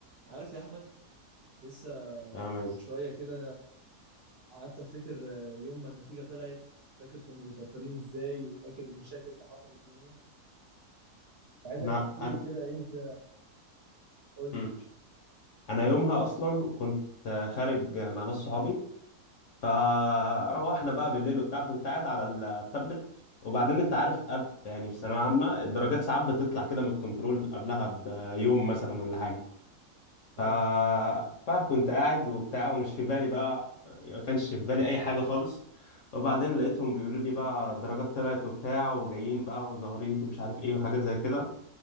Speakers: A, on the right; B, on the left.
A: عارف يا احمد لسه
B: فاهم ازاي
A: من شويه كده قعدت افتكر يوم ما النتيجه طلعت فاكر كنا متوترين ازاي وفاكر المشاكل اللي حصلت يوميها عايزك
B: انا
A: تحكي
B: انا
A: لي كده انت قول
B: مم.
A: لي
B: انا يومها اصلا كنت خارج مع ناس صحابي فروحنا بقى بالليل وبتاع كنت قاعد على التابلت وبعدين انت عارف أب يعني في ثانويه عامه الدرجات ساعات بتطلع كده من الكنترول قبلها بيوم مثلا ولا حاجه
A: اه
B: ف... فكنت قاعد وبتاع ومش في بالي بقى يعني ما كانش في بالي اي حاجه خالص وبعدين لقيتهم بيقولوا لي بقى الدرجات طلعت وبتاع وجايين بقى وزهريت ومش عارف ايه وحاجات زي كده